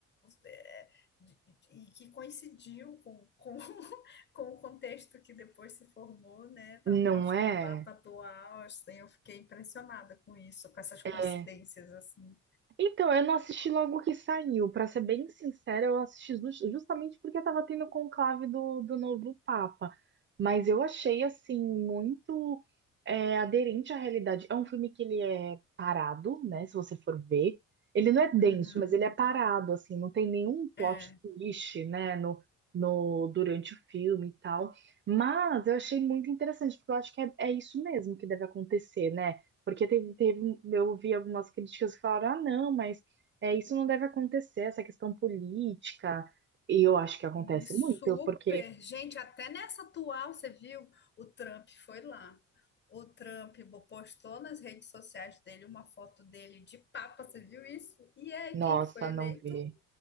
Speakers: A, on the left; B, on the right.
A: é, de- de- E que coincidiu com, com, <laughs> com o contexto que depois se formou, né,
B: Não
A: da morte
B: é?
A: do Papa do Austin. Eu fiquei impressionada com isso, com essas coincidências
B: É.
A: assim.
B: Então, eu não assisti logo que saiu. Pra ser bem sincera, eu assisti ju- justamente porque tava tendo o conclave do, do novo Papa. Mas eu achei, assim, muito é, aderente à realidade. É um filme que ele é parado, né? Se você for ver. Ele não é denso,
A: Uhum,
B: mas ele é parado, assim. Não tem nenhum plot
A: é.
B: twist, né? No, no, durante o filme e tal. Mas eu achei muito interessante, porque eu acho que é, é isso mesmo que deve acontecer, né? Porque teve, teve, eu ouvi algumas críticas que falaram, ah, não, mas é, isso não deve acontecer, essa questão política. E eu acho que acontece
A: Hum, Super.
B: muito, porque,
A: Gente, até nessa atual, você viu? O Trump foi lá. O Trump bo- postou nas redes sociais dele uma foto dele de Papa, você viu isso? E aí,
B: nossa,
A: quem que foi eleito?
B: não vê.